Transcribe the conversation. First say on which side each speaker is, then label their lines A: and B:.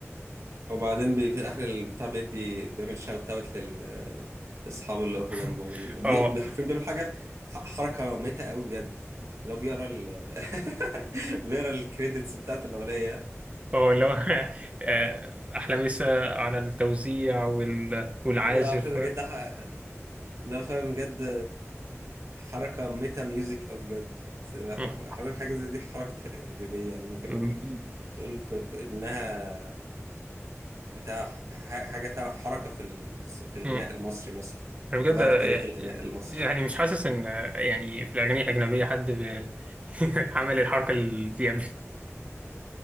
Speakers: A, on the right; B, on the right.
A: وبعدين بي في اخر البتاع بيدي بيعمل شاوت اوت لل لاصحابه اللي وقفوا
B: <laughs>
A: جنبه وال- وبي-
B: اه
A: وبي- حرفيا بيعمل حاجه ح- حركه ميته قوي بجد اللي هو بيقرا ال <laughs> بيقرا الكريدتس بتاعت الاغنيه
B: اه اللي هو <laughs> آه، أحلامسة على التوزيع وال- والعازف
A: لا عارفين بجد
B: <laughs>
A: ح- لا فاهم بجد حركه ميتا ميوزك قوي بجد حرف-
B: مم.
A: حرفيا حاجه زي دي حركه تجريبيه يعني ممكن
B: مم.
A: تقول ب... بانها بتاع ح- حاجه فعلا حركه في ال... في الغناء
B: مم.
A: المصري مثلا
B: انا بجد
A: تغير تاريخ الغناء المصري
B: يعني مش حاسس ان يعني في الاغاني الاجنبيه حد بي- <laughs> عمل الحركه دي قبل